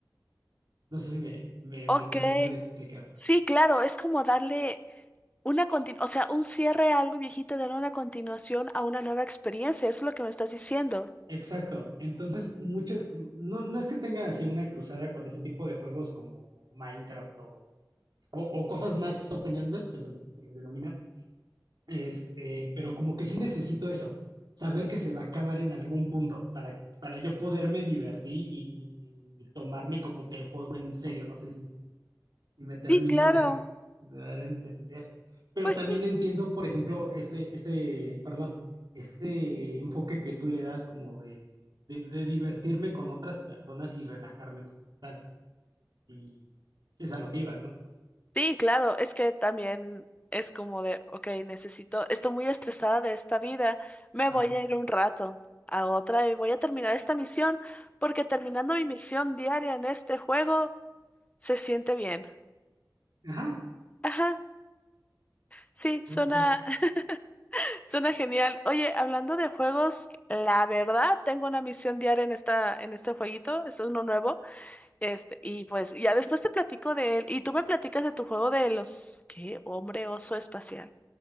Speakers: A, on the right; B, on the left.
A: No sé si me, me,
B: Ok,
A: me termino de explicar.
B: sí, claro, es como darle una continuación, o sea, un cierre a algo viejito, darle una continuación a una nueva experiencia, eso es lo que me estás diciendo.
A: Exacto. Entonces, muchas, no, no es que tenga así una cruzada con ese tipo de juegos como Minecraft o, o, o cosas más open-ended, se les, se les denomina Este, pero como que sí necesito eso, saber que se va a acabar en algún punto para, para yo poderme divertir y, y- y tomarme como que el juego en serio. No sé si me, si me termino
B: Sí, claro.
A: de, de dar a entender. Pero
B: Pues
A: también
B: sí,
A: entiendo, por ejemplo, ese, ese, perdón, ese enfoque que tú le das como de, de, de divertirme con otras personas y relajarme como tal. Y, y si es a lo que ibas, ¿no?
B: Sí, claro, es que también es como de, ok, necesito, estoy muy estresada de esta vida, me
A: Ajá.
B: voy a ir un rato a otra y voy a terminar esta misión, porque terminando mi misión diaria en este juego se siente bien.
A: Ajá,
B: Ajá, sí, suena,
A: justo.
B: <laughs> suena genial. Oye, hablando de juegos, la verdad, tengo una misión diaria en esta, en este jueguito, este es uno nuevo, este, y pues ya después te platico de él, y tú me platicas de tu juego de los, ¿qué? Hombre oso espacial.